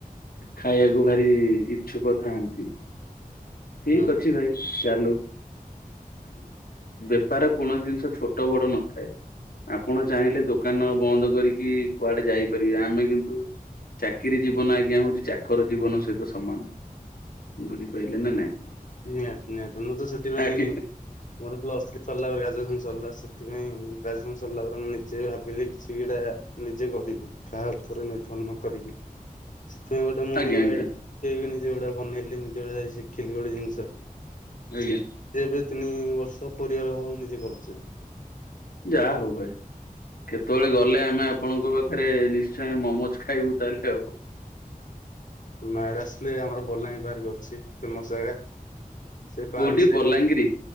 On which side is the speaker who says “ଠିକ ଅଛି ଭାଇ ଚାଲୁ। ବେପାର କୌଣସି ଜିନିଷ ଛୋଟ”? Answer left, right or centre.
Left